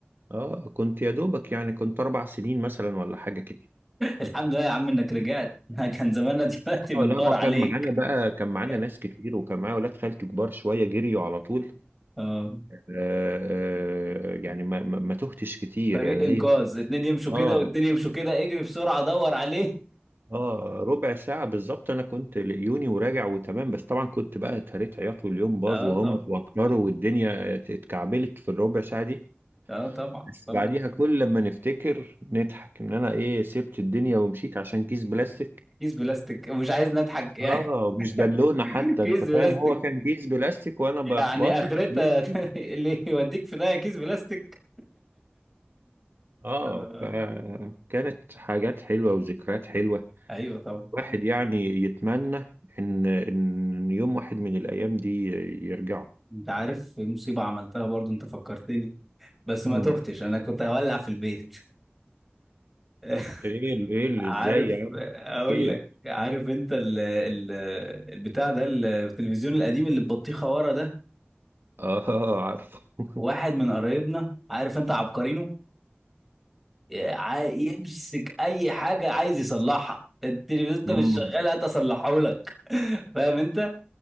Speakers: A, on the right; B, in the centre.
A: آه كنت يا دوبك يعني كنت أربع سنين مثلا ولا حاجة كده
B: الحمد لله يا عم إنك رجعت <laughs> كان زماننا دلوقتي بندور
A: آه لا ما
B: عليك
A: كان معانا بقى كان معانا
B: <laughs>
A: ناس كتير وكان معايا ولاد خالتي كبار شوية جريوا على طول
B: اه
A: آه آه يعني ما, ما, ما تهتش كتير
B: فريق
A: يعني
B: انقاذ
A: هي
B: اتنين يمشوا كده
A: آه
B: واتنين يمشوا كده اجري بسرعه دور عليه
A: اه ربع ساعة بالظبط انا كنت لقيوني وراجع وتمام بس طبعا كنت بقى اتهريت عياط واليوم باظ
B: اه
A: وهم
B: طب
A: اتوتروا
B: طب
A: والدنيا اتكعبلت في الربع ساعة دي
B: اه طبعا
A: بس
B: طبعا
A: بعديها كل لما نفتكر نضحك ان انا ايه سبت الدنيا ومشيت عشان كيس بلاستيك
B: كيس بلاستيك مش عايز نضحك يعني
A: اه مش بالونة
B: <laughs>
A: حتى
B: كيس
A: انت
B: بلاستيك
A: فاهم هو كان كيس بلاستيك وانا بخبطه
B: يعني اخرتها
A: يجري
B: <laughs> اللي يوديك في ده كيس بلاستيك
A: اه
B: آه.
A: فكانت حاجات حلوة وذكريات حلوة
B: ايوه طبعا
A: واحد
B: أيوة.
A: يعني يتمنى ان ان يوم واحد من الايام دي يرجعوا
B: انت عارف مصيبه عملتها برضو انت فكرتني بس ما
A: مم.
B: تهتش انا كنت هولع في البيت <laughs>
A: ايه ال- ايه اللي
B: عارف
A: ازاي يا عم
B: اقول
A: ايه
B: لك عارف انت ال ال البتاع ده التلفزيون القديم اللي ببطيخه ورا ده
A: اه عارفه <laughs>
B: واحد من قرايبنا عارف انت عبقرينه ع- يمسك اي حاجه عايز يصلحها التلفزيون ده
A: امم
B: مش شغال هات اصلحه لك <laughs> فاهم انت